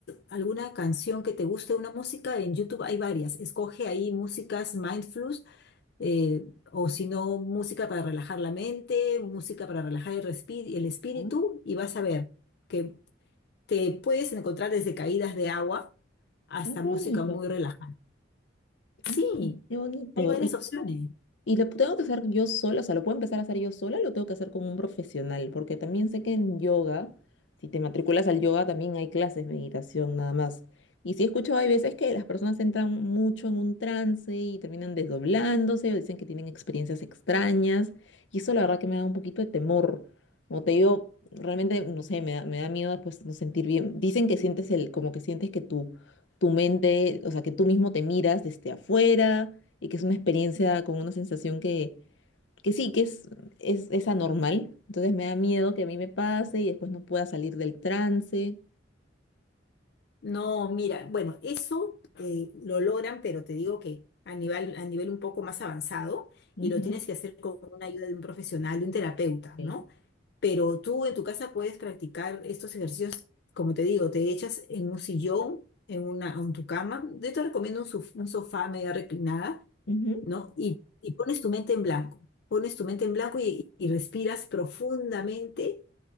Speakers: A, on the left (about 60°); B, on the left (about 75°).
A: alguna canción que te guste, una música, en YouTube hay varias, escoge ahí músicas mindfulness, eh, o si no, música para relajar la mente, música para relajar el, respi- el espíritu,
B: Ah,
A: y vas a ver que te puedes encontrar desde caídas de agua hasta
B: ay, qué
A: música
B: bonito.
A: muy relajada.
B: Ah,
A: Sí,
B: qué bonito.
A: hay varias opciones.
B: Y lo tengo que hacer yo sola, o sea, lo puedo empezar a hacer yo sola, lo tengo que hacer con un profesional, porque también sé que en yoga, si te matriculas al yoga, también hay clases de meditación nada más. Y sí he escuchado, hay veces que las personas entran mucho en un trance y terminan desdoblándose o dicen que tienen experiencias extrañas. Y eso la verdad que me da un poquito de temor. Como te digo, realmente, no sé, me da, me da miedo después no sentir bien. Dicen que sientes el, como que sientes que tú tu mente, o sea, que tú mismo te miras desde afuera y que es una experiencia con una sensación que, que sí, que es, es, es anormal. Entonces me da miedo que a mí me pase y después no pueda salir del trance.
A: No, mira, bueno, eso eh, lo logran, pero te digo que a nivel, a nivel un poco más avanzado
B: Ujú.
A: y lo tienes que hacer con una ayuda de un profesional, de un terapeuta,
B: Sí.
A: ¿no? Pero tú en tu casa puedes practicar estos ejercicios, como te digo, te echas en un sillón, en una, en tu cama. Yo te recomiendo un, suf- un sofá media reclinada,
B: Ujú.
A: ¿no? Y, y pones tu mente en blanco, pones tu mente en blanco y, y respiras profundamente